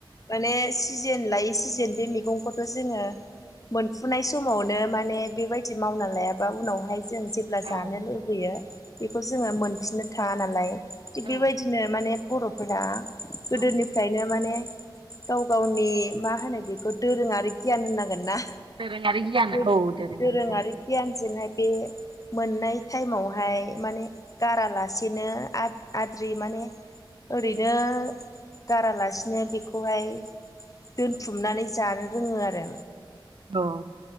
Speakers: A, on the left (about 40°); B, on the right (about 65°).
A: माने सिजेन लायै सिजेन बे मैगखौथ' जोङो मोनफुनाय समावनो माने बेबायदि मावना लायाबा उनावहाय जों जेब्ला
B: औ
A: जानो लुुबैयो बेखौ जोङो मोनफिननो थाङा नालाय थिग
B: औ
A: बेबायदिनो माने बर'फोरा गोदोनिफ्रायनो
B: औ
A: माने गाव गावनि मा होनो बेखौ दोरोङारि गियान होननांगोन ना
B: दोरोङारि गियान
A: दो
B: औ
A: दोरोङारि
B: गियान
A: गियानजोंहाय बे मोननाय टाइमाव हाय माने गारालासेनो आद्रि माने ओरैनो गारालासेनो बेखौहाय दोनथुमनानै जानो रोङो आरो
B: औ